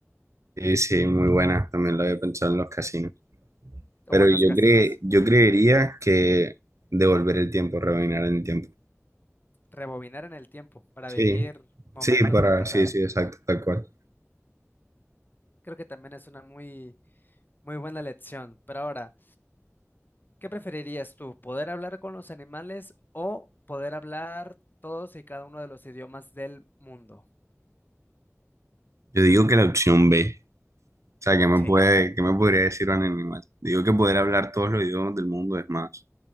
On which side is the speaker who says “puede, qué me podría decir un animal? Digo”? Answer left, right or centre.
Right